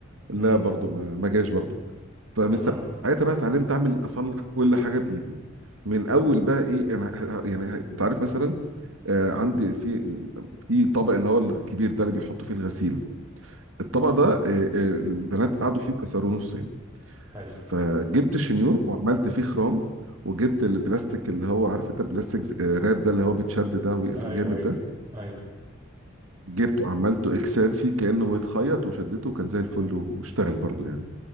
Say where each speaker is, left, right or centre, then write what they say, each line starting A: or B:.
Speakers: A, on the right; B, on the right.
A: لا
B: امم
A: برضه ما ما جاش برضه فمن
B: يا نهار
A: ساعتها
B: ابيض
A: بقى اتعلمت اعمل اصلح كل حاجه بايدي من اول بقى ايه انا ه- ه- يعني ه- انت عارف مثلا آه عندي في في طبق اللي هو الكبير ده اللي بيحطوا فيه الغسيل الطبق
B: اه
A: ده آه آه البنات قعدوا فيه كسروه نصين
B: حلو
A: فجبت شنيور وعملت فيه خرام وجبت البلاستيك اللي هو عارف انت بلاستيك ز- آه، راب ده اللي هو بيتشد ده ويقفل
B: ايوه
A: جامد
B: ايوه
A: ده
B: ايوه
A: جبته وعملته اكسات فيه كأنه بيتخيط وشدته وكان زي الفل واشتغل برضو يعني